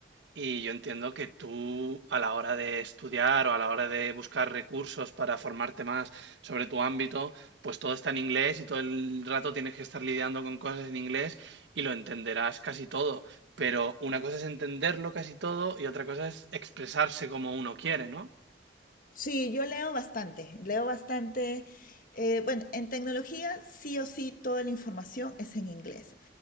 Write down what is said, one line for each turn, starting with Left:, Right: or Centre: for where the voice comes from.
Right: y yo entiendo que tú a la hora de estudiar o a la hora de buscar recursos para formarte más sobre tu ámbito, pues todo está en inglés y todo el rato tienes que estar lidiando con cosas en inglés y lo entenderás casi todo. Pero una cosa es entenderlo casi todo y otra cosa es expresarse como uno quiere, ¿no?
Left: Sí, yo leo bastante, leo bastante. Eh, bueno, en tecnología sí o sí toda la información es en inglés.